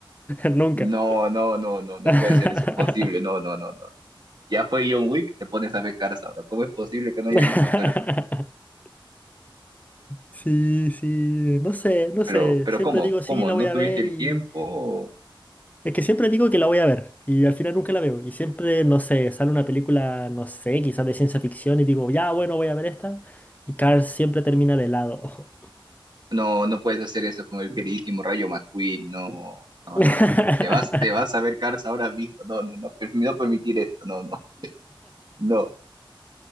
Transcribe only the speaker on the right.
No, no, no, no, no
puede ser eso posible, no, no, no, no. Ya fue John Wick, te pones a ver Cars ahora. ¿Cómo es posible que no haya
visto Cars?
Pero,
pero
¿cómo?
¿Cómo?
¿No
tuviste
el
tiempo?
No, no puedes hacer eso con el queridísimo Rayo McQueen, no, no,
no, no, no. Te vas, te vas a ver Cars ahora mismo. No, no, no, per- no permitir esto, no, no, no.